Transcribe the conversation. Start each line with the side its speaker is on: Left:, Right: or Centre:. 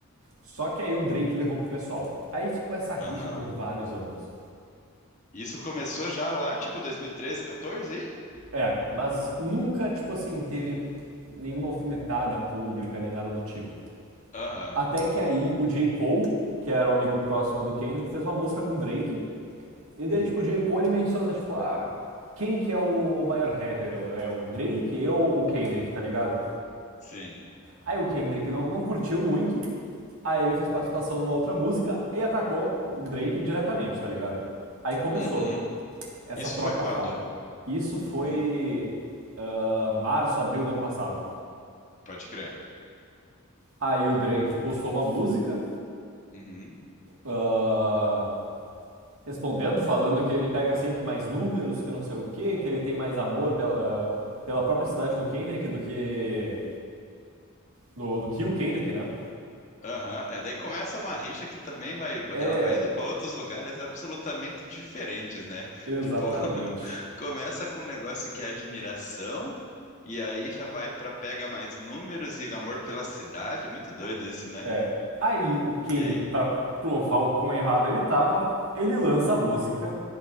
Right: Só que aí o Drake levou pro pessoal. Aí ficou essa rixa
Left: Aham.
Right: por vários anos.
Left: Isso começou já lá, tipo 2013, 14? aí?
Right: É, mas nunca, tipo assim, teve nenhuma alfinetada pública, nem nada do tipo.
Left: Aham.
Right: Até que aí o J. Cole, que era um amigo próximo do Kendrick, fez uma música com o Drake E daí,
Left: Uhum.
Right: tipo, J. Cole menciona, tipo, ah, quem que é o maior rapper? É o Drake, eu ou o Kendrick, tá ligado?
Left: Sim.
Right: Aí o Kendrick não, não curtiu muito, aí ele fez participação numa outra música e atacou o Drake diretamente, tá ligado? Aí começou
Left: Uhum.
Right: essa
Left: Isso
Right: troca
Left: foi quando?
Right: farpa. Isso foi
Left: Hum,
Right: ah, março, abril do ano passado.
Left: Pode crer.
Right: Aí o Drake postou uma música
Left: Uhum.
Right: ah, respondendo, falando que ele pega sempre mais números, que não sei o que que ele tem mais amor pela, ah, pela própria cidade do Kendrick do que. Do, do que o Kendrick, né?
Left: Aham. É, daí começa uma rixa que também vai,
Right: É,
Left: ela vai indo para outros lugares absolutamente diferentes, né?
Right: exatamente.
Left: Tipo, <laughs> começa com um negócio que é admiração e aí já vai para pega mais números e amor pela cidade. Muito doido isso, né?
Right: É. Aí o Kendrick,
Left: E aí?
Right: pra provar o quão errado ele tava, ele lança a música